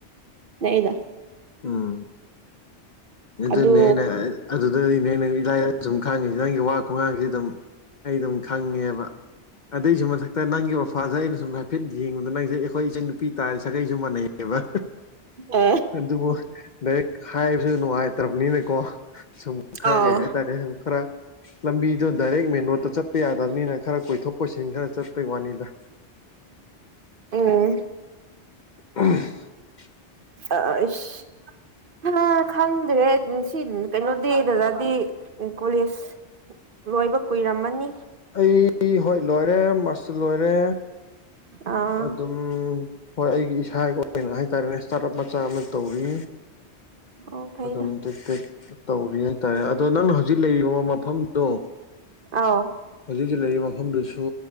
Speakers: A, on the right; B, on the left.
A: ꯅꯛꯏꯗ
B: ꯎꯝ ꯑꯗꯨꯅꯦ
A: ꯑꯗꯨ
B: ꯑꯩꯅ ꯑꯗꯨꯗꯗꯤꯅꯦ ꯅꯪ ꯏꯂꯥꯏ ꯁꯨꯝ ꯈꯪꯉꯤꯁꯤ ꯅꯪꯒꯤ꯫ ꯈꯣꯡꯒꯥꯡꯁꯤꯦ ꯑꯗꯨꯝ ꯑꯩ ꯑꯗꯨꯝ ꯈꯪꯉꯦꯕ꯫ ꯑꯗꯨꯏꯁꯨ ꯃꯊꯛꯇ ꯅꯪꯒꯤ ꯑꯣꯔꯐꯥꯥꯁꯦ ꯑꯩꯅ ꯁꯨꯝ ꯍꯥꯏꯐꯦꯠ ꯌꯦꯡꯕꯗ ꯅꯪꯁꯦ ꯑꯩꯈꯣꯏ ꯏꯆꯟ ꯅꯨꯄꯤ ꯇꯥꯔꯤ ꯁꯥꯒꯩꯁꯨ ꯃꯥꯟꯅꯩꯌꯦꯕ꯫
A: ꯑ
B: ꯑꯗꯨꯕꯨ ꯗꯥꯏꯔꯦꯛ ꯍꯥꯏꯕꯁꯨ ꯅꯤꯅꯦꯀꯣ꯫ ꯁꯨꯝ ꯈꯔ
A: ꯑꯥꯎ
B: ꯀꯩ ꯍꯥꯏꯇꯥꯔꯦ ꯁꯨꯝ ꯈꯔ ꯂꯝꯕꯤꯗꯣ ꯗꯥꯏꯔꯦꯛ ꯃꯦꯟ ꯔꯣꯗꯇ ꯆꯠꯄ ꯌꯥꯗꯕꯅꯤꯅ ꯈꯔ ꯀꯣꯏꯊꯣꯛ ꯖꯤꯡ ꯈꯔ ꯆꯠꯄꯩ ꯋꯥꯅꯤꯗ
A: ꯎꯝ
B: <unintelligible>
A: ꯑꯩꯁ꯫ ꯈꯪꯗ꯭ꯔꯦ ꯁꯤ ꯀꯩꯅꯣꯗꯤ ꯗꯗꯥꯗꯤ ꯀꯣꯂꯦꯖ꯫ ꯂꯣꯏꯕ ꯀꯨꯏꯔꯝꯃꯅꯤ꯫
B: ꯑꯩ ꯍꯣꯏ ꯂꯣꯏꯔꯦ ꯃꯁꯇ ꯂꯣꯏꯔꯦ
A: ꯑꯥ
B: ꯑꯗꯨꯝ ꯍꯣꯏ ꯑꯩꯒꯤ ꯏꯁꯥꯒꯤ ꯑꯣꯏꯅ ꯍꯥꯏꯇꯥꯔꯦꯅꯦ ꯏꯁꯇꯥꯔꯠ ꯑꯞ ꯃꯆꯥ ꯑꯃ ꯇꯧꯔꯤ꯫
A: ꯑꯣ ꯐꯩꯗ
B: ꯑꯗꯨꯝ ꯇꯦꯛ ꯇꯦꯛ ꯇꯧꯔꯤ ꯍꯥꯏꯇꯥꯔꯦ ꯑꯗꯣ ꯅꯪꯅ ꯍꯧꯖꯤꯛ ꯂꯩꯔꯤꯕ꯫ ꯃꯐꯝꯗꯣ꯫
A: ꯑꯥꯎ
B: ꯍꯧꯖꯤꯛ ꯍꯧꯖꯤꯛ ꯂꯩꯔꯤꯕ ꯃꯐꯝꯗꯨꯁꯨ